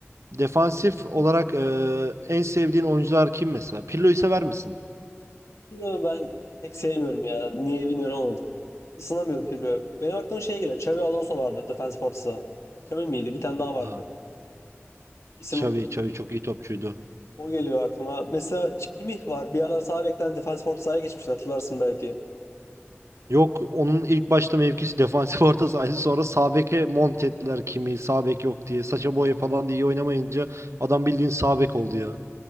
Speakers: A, on the right (about 75°); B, on the left (about 80°).
A: defansif olarak e, en sevdiğin oyuncular kim mesela? Pirlo'yu sever misin?
B: Pirlo'yu ben pek sevmiyorum ya. Niye bilmiyorum ama ısınamıyorum Pirlo'ya. Benim aklıma şey geliyor. Xabi Alonso vardı Defense Force'a. Xabi miydi? Bir tane daha vardı.
A: Ha.
B: İsim
A: Xavi, Xavi çok iyi topçuydu.
B: o geliyor aklıma. Mesela Kimmich var. Bir aralar sağ bekten Defense Force'a geçmişti hatırlarsın belki.
A: Yok onun ilk başta mevkisi <laughs> defansif orta sahaydı. Sonra sağ beke mont ettiler kimi sağ bek yok diye. Saça boya falan diye iyi oynamayınca adam bildiğin sağ bek oldu ya.